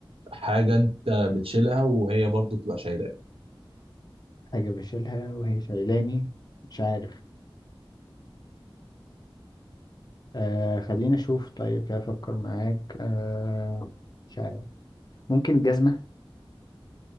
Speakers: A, on the right; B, on the left.
A: حاجه انت بتشيلها وهي برضو بتبقى شايله
B: حاجة بشيلها وهي شايلاني مش عارف آه خلينا اشوف طيب كده افكر معاك آه مش عارف ممكن الجزمة